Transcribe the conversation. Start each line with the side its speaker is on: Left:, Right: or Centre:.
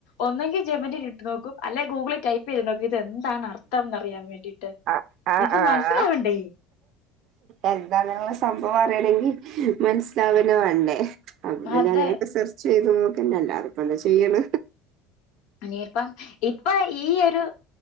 Left: ഒന്നെങ്കി ജെമനിൽ ഇട്ട് നോക്കും അല്ലെ ഗൂഗിളി ടൈപ്പ് ചെയ്ത് നോക്കും ഇത് എന്താണ് അർത്ഥം എന്നറിയാൻ വേണ്ടിയിട്ട്
Right: ആ ആ
Left: ഇത്
Right: ആ
Left: മനസ്സിലാവണ്ടേ
Right: ഹാ എന്തണുള്ള സംഭ അപ്പൊ പറയണെങ്കിൽ മനസ്സിലാവന വണ്ടേ അ പിന്നെ
Left: അതെ
Right: അങ്ങനെയൊക്കെ സെർ ചെയ്ത് നോക്കന്നെ അല്ലാും ഇപ്പ എന്താ ചെയ്യണ
Left: അനിപ്പം ഇപ്പൊ ഈ ഒരു